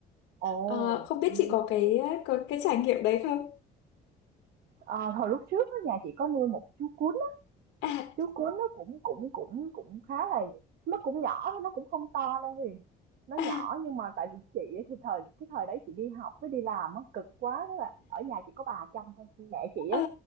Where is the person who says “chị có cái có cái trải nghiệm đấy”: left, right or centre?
Left